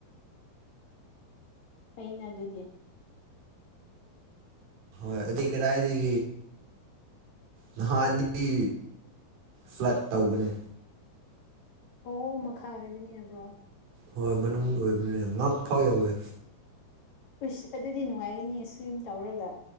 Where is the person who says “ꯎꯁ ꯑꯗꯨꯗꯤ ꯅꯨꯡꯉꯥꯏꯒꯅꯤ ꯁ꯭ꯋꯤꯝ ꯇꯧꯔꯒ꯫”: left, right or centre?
Left